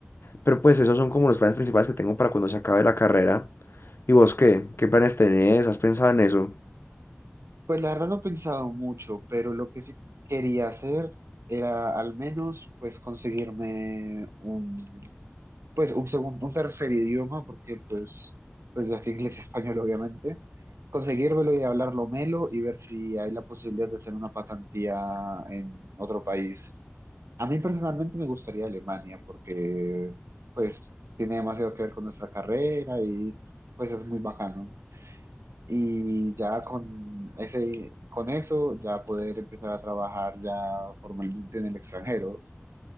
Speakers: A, on the left; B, on the right.
A: pero pues esos son como los planes principales que tengo para cuando se acabe la carrera. ¿Y vos qué? ¿Qué planes tenés? ¿Has pensado en eso?
B: Pues la verdad no he pensado mucho, pero lo que sí quería hacer era al menos pues conseguirme un pues un segundo, un tercer idioma, porque pues, pues ya que inglés y español obviamente, conseguírmelo y hablarlo melo y ver si hay la posibilidad de hacer una pasantía en otro país. A mí personalmente me gustaría Alemania porque pues tiene demasiado que ver con nuestra carrera y pues es muy bacano. Y ya con ese, con eso ya poder empezar a trabajar ya formalmente en el extranjero.